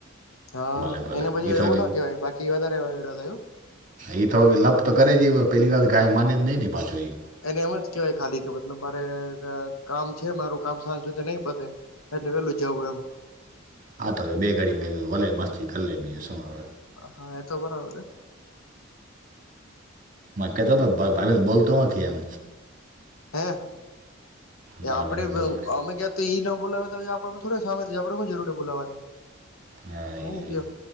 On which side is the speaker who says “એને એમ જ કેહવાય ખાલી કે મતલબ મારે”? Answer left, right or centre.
Left